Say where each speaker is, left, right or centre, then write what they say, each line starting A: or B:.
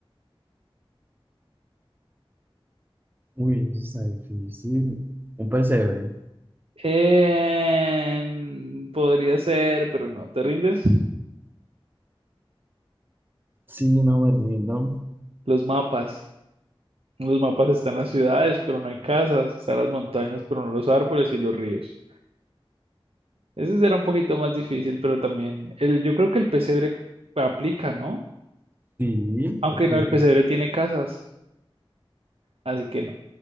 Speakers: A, on the right; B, on the right.
A: Uy, eso está difícil. Un pesebre.
B: Em, podría ser, pero no. ¿Te rindes?
A: Sí, no me rindo.
B: Los mapas. En Los mapas están las ciudades, pero no hay casas. Están las montañas, pero no los árboles y los ríos. Ese será un poquito más difícil, pero también el, yo creo que el pesebre aplica, ¿no?
A: Sí,
B: Aunque
A: porque,
B: no, el pesebre tiene casas, así que no.